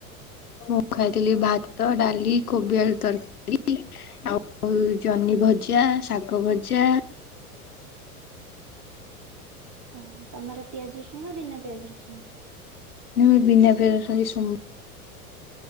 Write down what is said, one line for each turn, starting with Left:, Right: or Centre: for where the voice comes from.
Left: ମୁଁ ଖାଇଥିଲି ଭାତ ଡାଲି କୋବି ଆଳୁ ତରକାରୀ ଆଉ ଜହ୍ନି ଭଜା ଶାଗ ଭଜା
Right: ଓହ ତମର ପିଆଜ ରଶୁଣ ବିନା ପିଆଜ ରଶୁଣ
Left: ହଁ ବିନା ପିଆଜ ରସୁଣ ରେ ସ